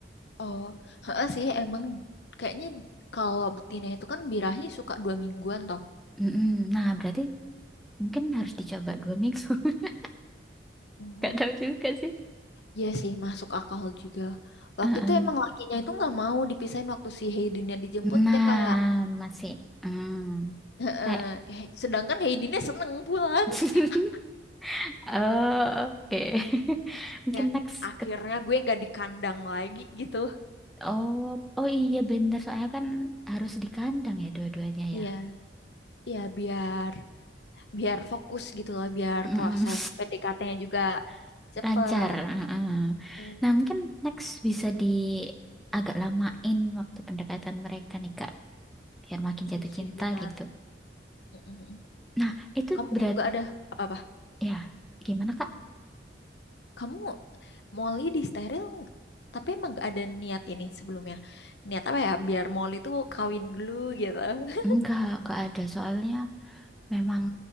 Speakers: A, on the left; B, in the centre.
A: Oh, heeh sih emang kayaknya kalau betina itu kan birahi suka dua mingguan toh.
B: Mm-mm. Nah, berarti mungkin harus dicoba dua minggu. <laughs>
A: Oh,
B: Gak tahu juga sih.
A: Iya sih, masuk akal juga. Waktu
B: Heeh.
A: itu emang lakinya itu nggak mau dipisahin waktu si Heidinnya dijemput,
B: Nah,
A: dia kayak,
B: masih. Hmm,
A: "Heeh."
B: kayak.
A: He- sedangkan Heidinnya seneng pulang.
B: <laughs>
A: <laughs>
B: Oh, oke. <laughs> Mungkin
A: Ya,
B: next
A: akhirnya
B: ke...
A: gue nggak di kandang lagi gitu.
B: Oh, oh iya bener. Soalnya kan harus di kandang ya dua-duanya
A: Iya,
B: ya.
A: iya biar biar fokus gitu lah, biar
B: Mm-mm.
A: proses PDKT-nya juga
B: <laughs>
A: cepet.
B: Lancar. mm-mm.
A: Mm,
B: Nah, mungkin next bisa di agak lamain waktu pendekatan mereka nih, Kak. Biar makin
A: Iya
B: jatuh
A: sih,
B: cinta
A: benar.
B: gitu.
A: Mm, mm, mm.
B: Nah, itu
A: Kamu
B: berat
A: nggak ada apa-apa?
B: ya. Gimana, Kak?
A: Kamu Molly di steril ng- tapi emang gak ada niat ini sebelumnya. Niat apa ya? Biar Molly tuh kawin dulu gitu. <laughs>
B: Enggak, enggak ada. Soalnya Memang